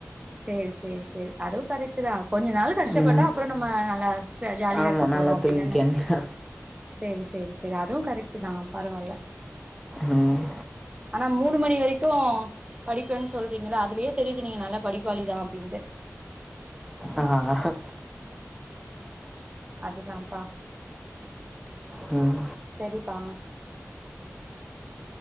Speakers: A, on the right; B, in the centre.
A: சேரி சேரி சேரி அதுவு கரெக்ட்டு தா கொஞ்ச நாளுக் கஷ்டப்பட்டா
B: ம்
A: அப்றோ நம்ம நல்லா ஜ ஜாலியா
B: ஆமா
A: இருக்க
B: நல்லா
A: போறோ அப்டிதான
B: தூங்கிக்க
A: சேரி சேரி சேரி அதுவு கரெக்ட்டு தா பரவால்ல
B: உம்
A: ஆனா மூணு மணி வரைக்கு படிப்பேன் சொல்றீங்க்ளே அதுலயே தெரியுது நீங்க நல்லா படிப் வழிதா அப்டின்ட்டு
B: ஆ ஹ ஆ ஹ
A: அதுதாப்பா
B: ம்
A: சரிப்பா